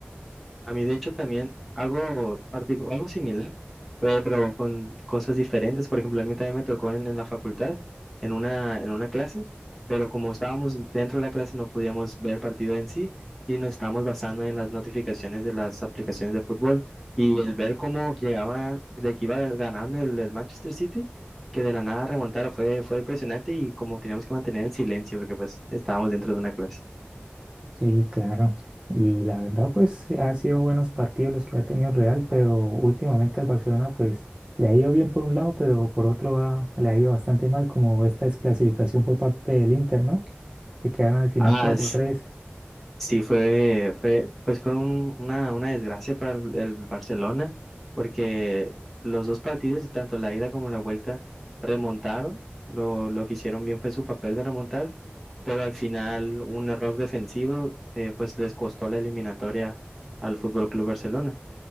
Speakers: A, in the centre; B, on the right (about 25°).
A: A mí, de hecho, también algo, particu- algo similar, fue, pero con cosas diferentes. Por ejemplo, a mí también me tocó en, en la facultad, en una, en una clase, pero como estábamos dentro de la clase no podíamos ver el partido en sí y nos estábamos basando en las notificaciones de las aplicaciones de fútbol y el ver cómo llegaba, de que iba ganando el, el Manchester City, que de la nada remontara, fue, fue impresionante y como teníamos que mantener el silencio porque pues estábamos dentro de una clase.
B: Sí, claro. Y la verdad, pues ha sido buenos partidos los que ha tenido el Real, pero últimamente al Barcelona, pues le ha ido bien por un lado, pero por otro ha- le ha ido bastante mal, como esta desclasificación por parte del Inter, ¿no? Que quedaron al final
A: Ah,
B: cuatro tres
A: Sí, fue, fue, pues fue un- una, una desgracia para el, el Barcelona, porque los dos partidos, y tanto la ida como la vuelta, remontaron. Lo, lo que hicieron bien fue su papel de remontar, pero al final un error defensivo, eh, pues les costó la eliminatoria al Fútbol Club Barcelona.